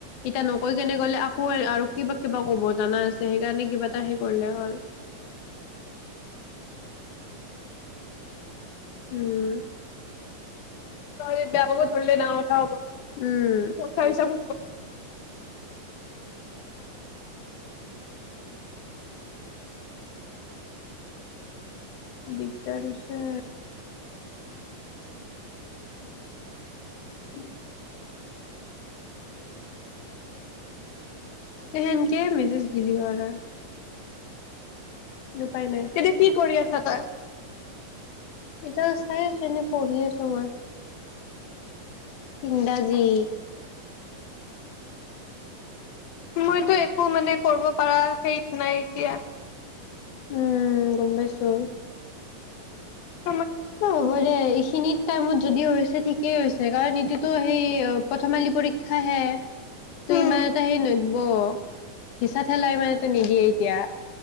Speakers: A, on the left; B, on the left.
A: এতিয়া নকৈ কেনে গলে আকৌ আৰু কিবা কিবা ক'ব জানা সেইকাৰণে কিবা এটা হে কৰিলে হ'ল উম
B: ত বেয়াপাব ধৰি লে নহব উঠাওব পথ
A: উম
B: আৰিছা
A: দিগদাৰহৈছে উম সেনকে মেছেজ দিলে হল আৰু উপায় নাই
B: এতিয়া কি কৰি আছ সতায় <unintelligible>
A: এতিয়া চাই আছো এনেই পঢ়ি আছো মই ইংৰাজী
B: মইতো একো মানে কৰিব পাৰা সেইত নাই এতিয়া
A: উম গম পাইছো
B: উম
A: অ হ'ব দে এইখিনিত টাইমত যদি হৈছে ঠিকেই হৈছে কাৰণ ইটোতো সেই প্ৰথম মাহিলী পৰীক্ষা হে তই
B: উম,
A: ইমান এটা হৈ নেদি হিচা ঠেলাই মান নিদিয়ে এতিয়া